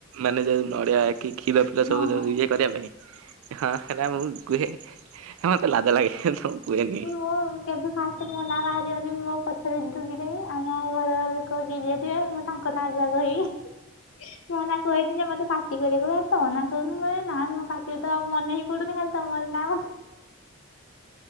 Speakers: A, on the right; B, on the left.
A: ମାନେ ଯୋଉ ନଡ଼ିଆ କି ଖିର ଫିର
B: ହଁ
A: ସବୁୁ
B: ହଁ
A: ଇଏ କରିବା ପାଇଁ ହଁ ହେରା ମୁଁ କୁହେ। ହଁ ମତେ ଲାଜ ଲାଗେ ତ ମୁଁ କୁଏନି।
B: ମୁଁ କେବେ ଫାଷ୍ଟ ମୋ ନାଁ ବାହାରିବନି ମୋ ପଛରେ ଡୁଙ୍ଗି ଦେବି ଆମ ଘର ଲୋକ କି ଯିଏ ଥିବେ ମୁଁ ତାଙ୍କ ନାଁ ଯାହା କହିବି। ମୁଁ ନା କୁହେନି ଯେ ମୋତେ ପାଟି କରିବେ କହିବେ ତୋ ନା କହୁନୁ ହେ ନା ମୋ ପାଟିରେ ତ ମନେହିଁ ପଡୁନି ଖାଲି ତମରି ନା